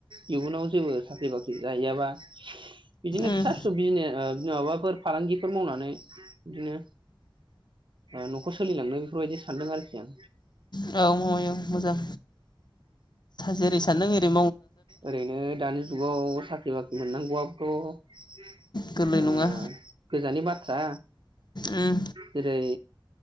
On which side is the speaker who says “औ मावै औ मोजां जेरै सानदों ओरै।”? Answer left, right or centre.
Left